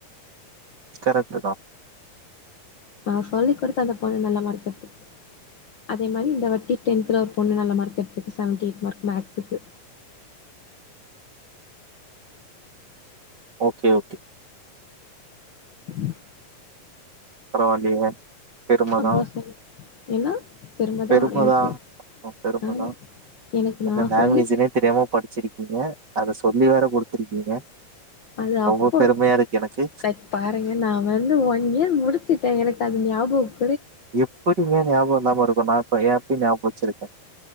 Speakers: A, on the right; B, on the left.
A: கரெக்டுதா
B: நா சொல்லிக் குடுத்து அந்த பொண்ணு நல்ல மார்க் எடுத்துருக்கு அதே மாரி இந்த வாட்டி டென்த்ல ஒரு பொண்ணு நல்ல மார்க் எடுத்துர்க்கு செவன்டி எயிட் மார்க் மேக்ஸுக்கு
A: ஓகே ஓகே
B: ம்
A: பரவால்லியே பெருமதா
B: அப்புறோ சொல் ஏன்னா
A: பெருமதா
B: எனக்கு
A: பெருமதா
B: ஆமா எனக்கு
A: ஒங்க
B: நா
A: லாங்குவேஜினே
B: சொல்லி
A: தெரியாம படிச்சிருக்கீங்க அத சொல்லி வேற குடுத்துருக்கீங்க
B: அது
A: ரொம்ப
B: அப்போ
A: பெருமையாருக்கு எனக்கு
B: லைக் பாருங்க நா வந்து ஒன் இயர் முடிச்சிட்டே எனக்கு அது ஞாபக்
A: எப்பிடிங்க ஞாபகோ இல்லாம இருக்கு நா இப்போ ஏப்டி ஞாபகோ வச்சுருக்கே